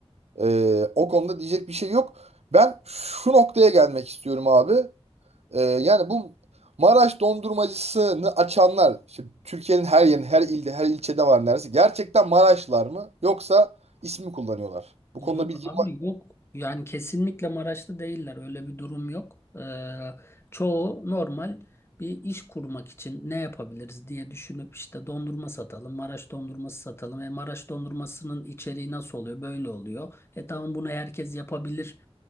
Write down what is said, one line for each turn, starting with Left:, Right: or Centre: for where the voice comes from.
Right: Ee, o konuda diyecek bir şey yok. Ben şu noktaya gelmek istiyorum abi. Ee, yani bu Maraş dondurmacısını açanlar, işte Türkiye'nin her yerinde, her ilde, her ilçede var neredeyse. Gerçekten Maraşlar mı yoksa ismi kullanıyorlar? Bu
Left: Yok
Right: konuda bilgim
Left: abi
Right: var.
Left: yok. Yani kesinlikle Maraşlı değiller. Öyle bir durum yok. Ee, çoğu normal bir iş kurmak için ne yapabiliriz diye düşünüp işte dondurma satalım, Maraş dondurması satalım. E Maraş dondurmasının içeriği nasıl oluyor? Böyle oluyor. E tamam bunu herkes yapabilir